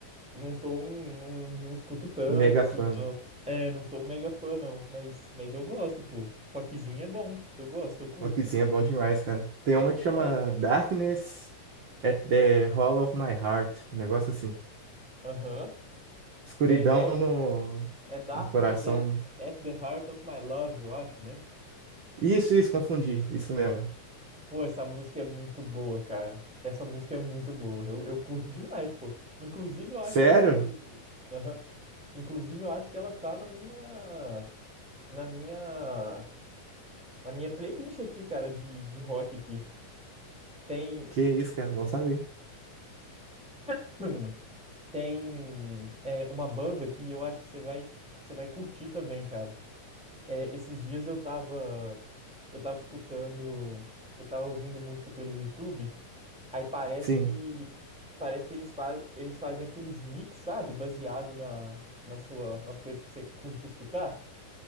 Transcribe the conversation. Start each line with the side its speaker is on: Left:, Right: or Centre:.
Centre: não sou um. Não, não escuto tanto,
Right: Mega
Centre: assim,
Right: fã.
Centre: não. É, não sou um mega fã, não. Mas, mas eu gosto, pô. Rockzinho é bom. Eu gosto, eu curto.
Right: Rockzinho é bom demais, cara. Tem uma
Centre: Bom
Right: que
Centre: demais,
Right: chama
Centre: cara.
Right: Darkness at the Hall of My Heart. Um negócio assim.
Centre: Aham.
Right: Escuridão
Centre: É, é
Right: no,
Centre: É Darkness
Right: no coração.
Centre: at, at the Heart of My Love, eu acho, né?
Right: Isso, isso, confundi. Isso mesmo.
Centre: Pô, essa música é muito boa, cara. Essa música é muito boa. Eu, eu curto demais, pô. Inclusive, eu acho
Right: Sério?
Centre: que. Aham. Inclusive, eu acho que ela tá na minha. Na minha. Na minha playlist aqui, cara, de, de rock aqui. Tem.
Right: Que isso, cara. Bom saber.
Centre: <clears throat> Tem é, uma banda que eu acho que você vai, você vai curtir também, cara. É, esses dias eu tava, eu tava escutando, eu tava ouvindo música pelo YouTube, aí parece
Right: Sim.
Centre: que parece que eles, fa eles fazem aqueles mix, sabe? Baseado na, na sua, nas coisas que você curte escutar.